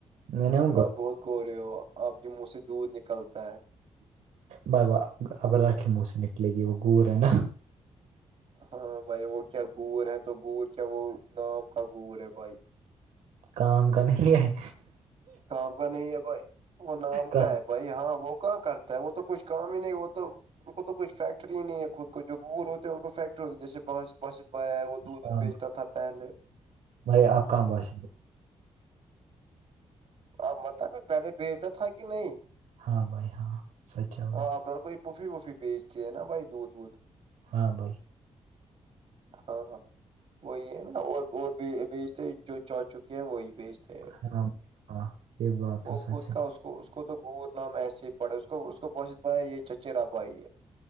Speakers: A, on the right; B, on the right.
A: میں نے ہوں گ
B: بہت گورے ہو آپ کے منہ سے دودھ نکلتا ہے
A: بائی ابرار کے منہ سے نکلے گی وہ گور ہے نا
B: ہاں بھائی وہ کیا گور ہے تو گور کیا وہ نام کا گور ہے بھائی
A: کام کا نہیں ہے
B: کام کا نہیں ہے بھائی وہ نام
A: کام
B: کا ہے بھائی ہاں وہ کہاں کرتا ہے وہ تو کچھ کام ہی نہیں وہ تو ان کو تو کچھ فیکٹری ہی نہیں ہے خود کو جو بور ہوتے ہیں ان کو فیکٹری ہوتی جیسے وہ دودھ وھ
A: کام
B: بیچتا تھا پہلے
A: بھائی آپ کہاں باس
B: آ متب پہلے بیچتا تھا کہ نہیں
A: ہاں بھائی ہاں سچ ہے بھائی
B: ہاں آپر کوئی پوفی وفی بیچتی ہے نا بائی دودھ وودھ
A: ہاں بھائی
B: ہاں ہاں وہی ہے نا اور بیجتے جو چا چکے ہیں وہی بیجتے
A: ہاں ہاں یہ بات تو
B: وہ
A: سچ
B: خود
A: ہے
B: کا اس اس کو تو گوت نام ایسے ہی پڑے اس کو اس کو بش بیا یہ چچیرا بھائی ہے